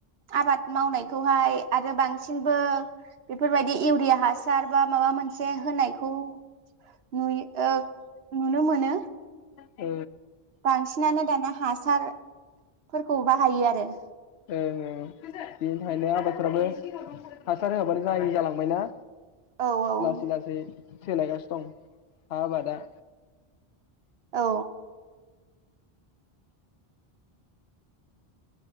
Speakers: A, on the right; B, on the left.
A: आबाद मावनायखौहाय आरो बांसिनबो बेफोरबायदि इउरिया हासार बा माबा मोनसे होनायखौ नुयो ओ नुनो मोनो
B: ओ
A: बांसिनानो दाना हासारफोरखौ बाहायो आरो
B: ओं ओं बेनि थाखायनो आबादफोराबो हासार होआबानो जायि जालांबायना
A: औ औ
B: लासै लासै सोलाय गासिनो दं आबादा
A: औ